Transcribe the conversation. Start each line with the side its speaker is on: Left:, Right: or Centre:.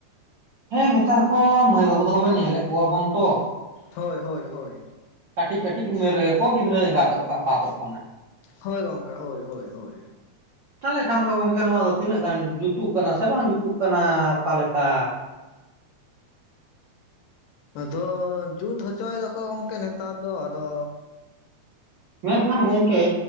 Right: ᱦᱮᱸ ᱱᱮᱛᱟᱨ ᱠᱚ ᱢᱟᱹᱭ ᱵᱟᱹᱵᱩ ᱛᱟᱠᱚᱵᱚᱱ ᱧᱮᱞᱮᱫ ᱠᱚᱣᱟ ᱵᱚᱱ ᱛᱚ᱾
Left: ᱦᱳᱭ ᱦᱳᱭ ᱦᱳᱭ᱾
Right: ᱠᱟᱹᱴᱤᱡ ᱠᱟᱹᱴᱤᱡ ᱩᱢᱮᱨ ᱨᱮᱜᱮ ᱠᱚ ᱜᱤᱫᱽᱨᱟᱹ ᱮᱸᱜᱟᱛᱚᱜ ᱠᱟᱱ ᱟᱯᱟᱛᱚᱜ ᱠᱟᱱᱟ
Left: ᱦᱳᱭ ᱜᱚᱝᱠᱮ ᱦᱳᱭ ᱦᱳᱭ ᱦᱳᱭ᱾
Right: ᱛᱟᱞᱦᱮ ᱠᱷᱟᱱ ᱫᱚ ᱜᱚᱝᱠᱮ ᱱᱚᱣᱟ ᱫᱚ ᱛᱤᱱᱟᱹᱜ ᱜᱟᱱ ᱡᱩᱛᱩᱜ ᱠᱟᱱᱟ ᱥᱮ ᱵᱟᱝ ᱡᱩᱛᱩᱜ ᱠᱟᱱᱟ ᱚᱠᱟᱞᱮᱠᱟ᱾
Left: ᱟᱫᱚ ᱡᱩᱛ ᱦᱚᱪᱚᱭ ᱫᱟᱠᱚ ᱜᱚᱢᱠᱮ ᱱᱮᱛᱟᱨ ᱫᱚ ᱟᱫᱚ
Right: ᱢᱮᱱᱠᱷᱟᱱ ᱜᱚᱝᱠᱮ,